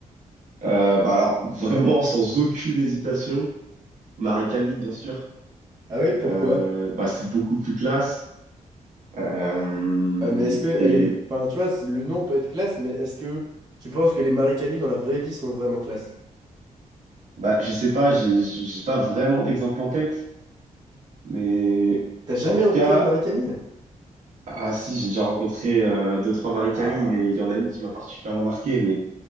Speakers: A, on the right; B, on the right.
A: Euh, bah alors vraiment sans aucune hésitation, Marie-Camille, bien sûr,
B: Ah ouais, pourquoi?
A: euh, bah c'est beaucoup plus classe. Euh,
B: Bah, mais est-ce que elle
A: et
B: est... Enfin, tu vois, c'est- le nom peut être classe, mais est-ce que tu penses que les Marie-Camille dans la vraie vie sont vraiment classe?
A: bah je sais pas, j'ai j'ai j'ai pas vraiment d'exemple en tête, mais
B: T'as jamais
A: en tout
B: rencontré
A: cas.
B: une Marie-Camille?
A: Ah si, j'ai déjà rencontré euh, deux, trois Marie-Camille,
B: Ah.
A: mais il y en a une qui m'a particulièrement marqué. Mais